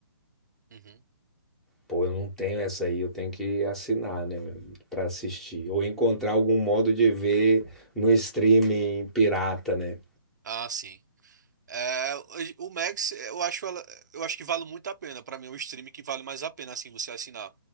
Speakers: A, on the right; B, in the centre.
A: Uhum.
B: Pô, eu não tenho essa aí, eu tenho que assinar, né, Pra assistir ou encontrar algum modo de ver no streaming pirata, né?
A: Ah, sim. É, o Max, eu acho, ela- eu acho que vale muito a pena. Para mim, é o stream que vale mais a pena, assim, você assinar.